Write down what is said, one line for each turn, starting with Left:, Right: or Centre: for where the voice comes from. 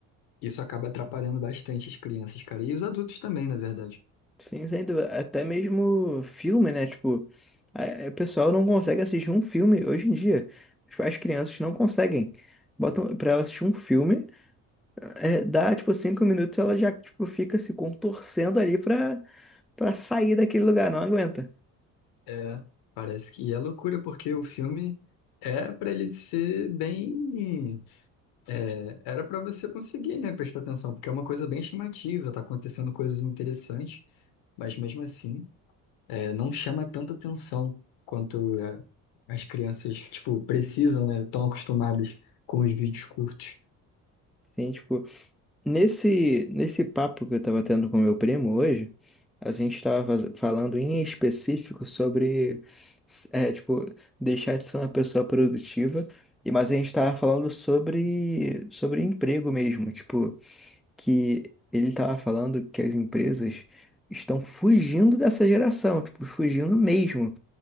Left: isso acaba atrapalhando bastante as crianças, cara. E os adultos também, na verdade.
Centre: Sim, sem dúvida. Até mesmo filme, né? Tipo, a- a- o pessoal não consegue assistir um filme hoje em dia. Tipo, As crianças não conseguem. Botam pra ela assistir um filme, eh, dá tipo cinco minutos, ela já tipo, fica se contorcendo ali pra, pra sair daquele lugar, não aguenta.
Left: É, parece que e é loucura, porque o filme é para ele ser bem. É, era para você conseguir, né, prestar atenção, porque é uma coisa bem chamativa, tá acontecendo coisas interessantes, mas mesmo assim, é, não chama tanta atenção quanto é, as crianças, tipo, precisam, né, estão acostumadas com os vídeos curtos.
Centre: Sim, tipo. Nesse, nesse papo que eu estava tendo com meu primo hoje, a gente estava falando em específico sobre, é, tipo, deixar de ser uma pessoa produtiva, e mas a gente estava falando sobre, sobre emprego mesmo, tipo, que ele estava falando que as empresas estão fugindo dessa geração, tipo, fugindo mesmo.